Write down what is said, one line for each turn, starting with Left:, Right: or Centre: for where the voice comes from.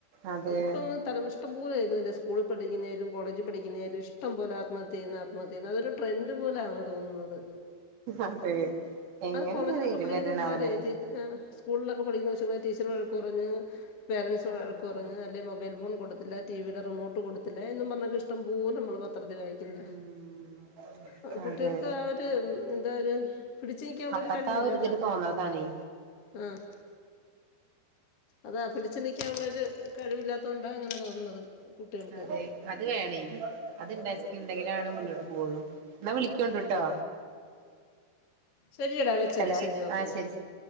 Right: അതെ
Left: ഇ ത ഇഷ്ടം പോലെ കേക്കുന്നില്ല സ്കൂൾ പഠിക്കുന്നാലും കോളജ് പഠിക്കുന്നതിാലും ഇഷ്ടം പോലെ ആത്മഹത്യ ചെയ്യ ആമഹത്യ ചെയുന്ന അതൊരുട്രൻഡ് പോലാണ്ങ് തോന്നുന്നത്
Right: അതെ എങ്ങനെഏ
Left: അത് കോളേജിലൊക്കെ
Right: ഇരു
Left: പഠിക്കുന്ന
Right: വരണാവലെ
Left: പിള്ളേർ സ്കൂളിലൊക്കെ പഠിക്കുമ്പോ ടീച്ചർ വഴക്ക കുറഞ്ഞ പേരൻസ് വഴക്ക്
Right: ആഹ്
Left: കുഞ് അല്ലെങ്ക മൊബൈൽ ഫോൺ കൊടുത്തില്ല ടിവിയുടെ റിമോട്ട് കൊടുത്തില്ല എന്നന്ന് പറഞ്ഞ ഇഷ്ടം പോലെ നമ്മൾ പത്രത്തി വായിക്കുന്നെ
Right: ഉം
Left: ആ കുട്ടികൾക്ക്
Right: അതെ
Left: ആ ഒരു എന്താ ഒരു പിടിച്ചുനിക്കാനുള്ളൊരു
Right: അപ്പത്തെ
Left: കഴിവില്ല
Right: ആ ഒരു
Left: അതാ
Right: ഇതില് തോന്നണതാണേ
Left: ഉം അതാ പിടിച്ചു നിക്കാനുള്ള ഒരു കഴിവില്ലാത്ത കൊണ്ടാ അങ്ങനെ തോന്നുന്നത് കുട്ടികൾക്ക്
Right: അതെ അത് വേണേ അതിണ്ടെ ഇണ്ടെങ്കിലാണ് മുന്നോട്ട് പോവൊള്ളൂ എന്നാ വിളിക്കോണ്ടിട്ടോ
Left: ശരിയടാ വെച്ചേരെ
Right: ഹലോ
Left: ഓക്കെ
Right: ആ ശരി ശരി